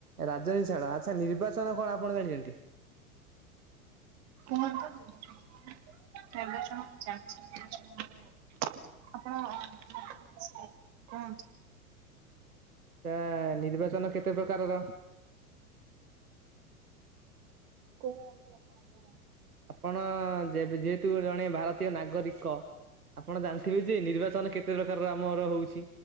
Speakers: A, on the right; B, on the right.
A: ରାଜନୀତି ଛାଡ ଆଚ୍ଛା ନିର୍ବାଚନ କଣ ଆପଣ ଜାଣିଚନ୍ତି?
B: କୁହନ୍ତୁ ତ ନିର୍ବାଚନ <unintelligible> ଆପଣ <unintelligible> କୁହନ୍ତୁ।
A: ତା ନିର୍ବାଚନ କେତେ ପ୍ରକାରର?
B: କଉ ନାହାନ୍ତି ଆପଣ କୁ <unintelligible>
A: ଆପଣ ଯେବେ ଯେ ତୁ ଜଣେ ଭାରତୀୟ ନାଗରିକ ଆପଣ ଜାଣିଥିବେ ଯେ ନିର୍ବାଚନ କେ <unintelligible> ପ୍ରକାରର ଆମର ହଉଛି